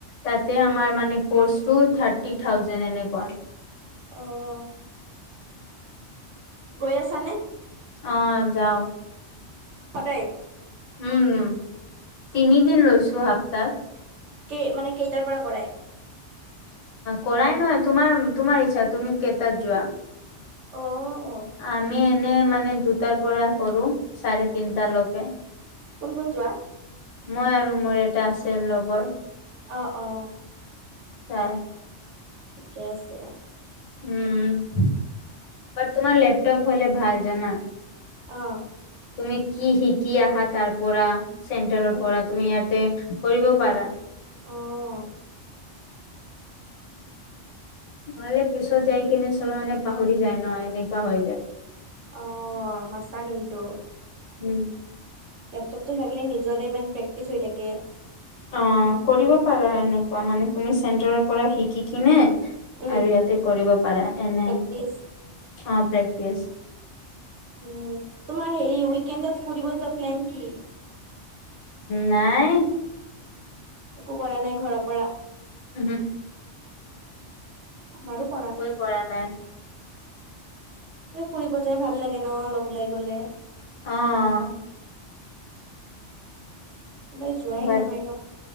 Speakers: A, on the left (about 85°); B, on the right (about 75°).
A: তাতে আমাৰ মানে কৰ্চটো থাৰ্টি থাউজেড এনেকুৱা
B: অ', গৈ আছ নে
A: অ', যাও
B: সদায়
A: উম, তিনিদিন লৈছো সপ্তাত
B: ক মানে কেইটাৰ পৰা কৰাই
A: কৰাই নহয়, তোমাৰ তোমাৰ ইচ্ছা তুমি কেইটাত যোৱা
B: অ', -
A: আমি এনে মানে দুটাৰ পৰা কৰো চাৰে তিনটালকে
B: কোন কোন যোৱা
A: মই আৰু মোৰ এটা আছে লগৰো
B: অ', অ'
A: হয়
B: ঠিকে আছে
A: উম' বাত তোমাৰ লেপটপ হলে ভাল জানা।
B: অ'
A: তুমি কি শিকি আহা তাৰ পৰা চেণ্টাৰৰ
B: উম
A: পৰা তুমি ইয়াতে কৰিব পাৰা।
B: অ'
A: নহলে পিছত যাই কিনে চবে মানে পাহৰি যায় ন এনেকুৱা হৈ যায়।
B: অ' সঁচা কিন্তু
A: উম'
B: লেপটপটো থাকিলে নিজৰে মানে প্ৰেক্টিচ হৈ থাকে।
A: অ' কৰিব পাৰা এনেকুৱা মানে তুমি চেণ্টাৰৰ পৰা শিকি কিনে আৰু
B: উম
A: ইয়াতে কৰিব পাৰা এনে
B: প্ৰেক্টিচ
A: অ' প্ৰেক্টিচ
B: উম' তোমাৰ হেৰি উইকেণ্ডত ফুৰিব যোৱা প্লেন কি?
A: নাই
B: একো কৰা নাই ঘৰৰ পৰা
A: ওহো।
B: আমাৰো কৰা নাই
A: একোৱে কৰা নাই।
B: ফুৰিব যাই ভাল লাগে ন' অলপ ওলাই গলে।
A: অ'।
B: ওলাই যোৱাই
A: বাট
B: নহয় ন'?